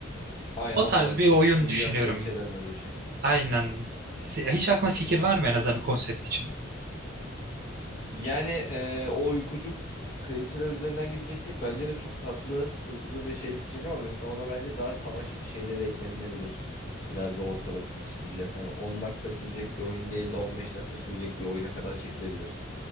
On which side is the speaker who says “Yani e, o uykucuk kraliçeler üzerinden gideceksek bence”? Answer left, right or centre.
Left